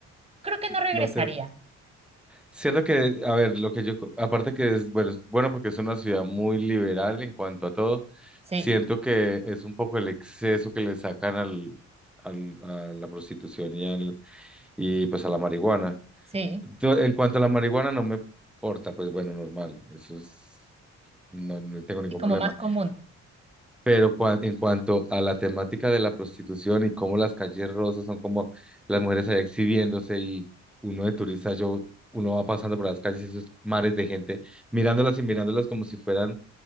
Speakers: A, on the right (about 20°); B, in the centre.
A: creo que no regresaría.
B: no te...? Cierto que, a ver, lo que yo, co- aparte que es, bueno, es bueno porque es una ciudad muy liberal en cuanto a todo,
A: Sí,
B: siento que es un poco el exceso que le sacan al, al- a la prostitución y, al, y pues a la marihuana.
A: sí,
B: Yo, en cuanto a la marihuana no me importa, pues bueno, normal, eso es, no, no tengo ningún
A: y como
B: problema.
A: más común.
B: Pero cua- en cuanto a la temática de la prostitución y cómo las calles rosas son como las mujeres allá exhibiéndose y uno de turista, yo, uno va pasando por las calles, esos mares de gente, mirándolas y mirándolas como si fueran